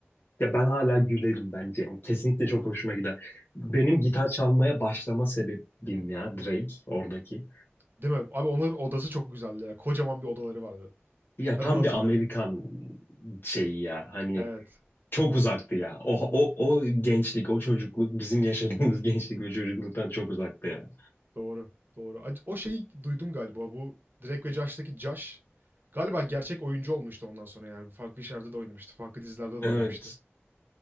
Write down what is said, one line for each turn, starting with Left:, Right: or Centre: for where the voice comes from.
Left: Ya ben hala gülerim bence. Yani kesinlikle çok hoşuma gider. Benim gitar çalmaya başlama sebebim ya Drake oradaki.
Right: Değil mi? Abi onların odası çok güzeldi ya. Kocaman bir odaları vardı.
Left: Ya
Right: Ben
Left: tam
Right: onu hatırlıyorum.
Left: bir Amerikan şeyi ya. Hani
Right: Evet.
Left: çok uzaktı ya. O, o, o gençlik, o çocukluk bizim yaşadığımız <laughs> gençlik ve çocukluktan çok uzaktı ya.
Right: Doğru. Doğru. Ac- O şeyi duydum galiba bu Drake ve Josh'taki Josh galiba gerçek oyuncu olmuştu ondan sonra yani farklı işlerde de oynamıştı. Farklı dizilerde de
Left: Evet.
Right: oynamıştı.